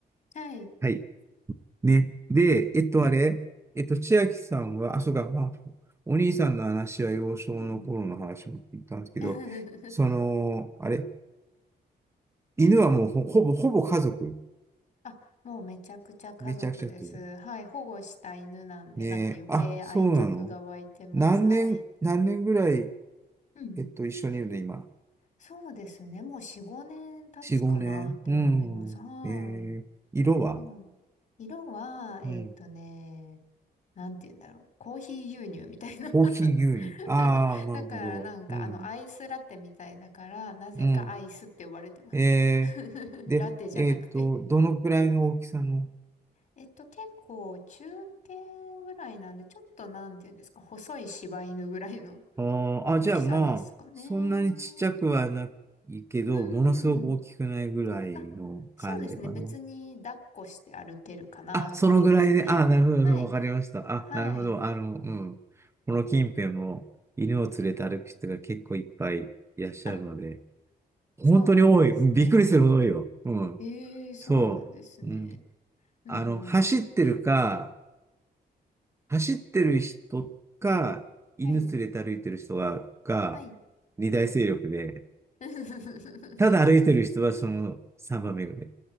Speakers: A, on the left (about 50°); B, on the right (about 15°).
A: はい。
B: はい。ね。で、えっと、あれ、えっと、千秋さんは、あ、そうか、まあ、お兄さんの話は幼少の頃の話も聞いたんですけど、
A: うんうん。<laughs>
B: その、あれ、犬はもうほ、ほぼ、ほぼ家族。
A: あ、もうめちゃくちゃ家族です。
B: めちゃくちゃする。
A: はい。保護した犬なんで、
B: ねえ、
A: なんか余計愛着が湧いてます。
B: あ、そうなの。何年、
A: はい。
B: 何年ぐらい、
A: うんうん。
B: えっと、一緒にいるの、今。
A: そうですね。もう4、5年経つかなって思います。
B: 4、5年。うん。
A: はい。
B: えー、色は
A: そう。色は、えっとね、
B: うん。
A: なんて言うんだろう。コーヒー牛乳みたいな
B: コーヒー牛乳。
A: <laughs>
B: ああ、なるほど。
A: だからなんかあのアイスラテみたいだから、
B: うん。
A: なぜかアイスって呼ばれてます。
B: うん。え
A: <laughs>
B: ー、で、
A: ラテじゃなくて。
B: えっと、どのくらいの大きさの
A: えっと、結構中堅ぐらいなんで、ちょっとなんていうんですか、細い柴犬ぐらいの
B: あーあ、
A: 大きさですかね。
B: じゃあまあ、そんなにちっちゃくはないけど、
A: う
B: ものすごく大きくないぐらいの感じかな。
A: ん。あ、そうですね。別に抱っこして歩けるかなぐらいですね。
B: あ、そのぐらいで、あ、なるほど、
A: はい。
B: なるほどわかりました。
A: はい。
B: あ、なるほど、あの、うん。この近辺も犬を連れて歩く人が結構いっぱいいらっしゃるので、
A: あ、
B: 本当に多い。
A: そうなんですね。
B: うんびっくりするほど多いよ。うん。
A: ええそうなんですね。
B: そう。うん。
A: うんうん。
B: あの、走ってるか、走ってる人か、犬連れて歩いてる人が、
A: はい。
B: が、
A: はい。
B: 二大勢力で、
A: <laughs>
B: ただ歩いてる人はその三番目ぐらい。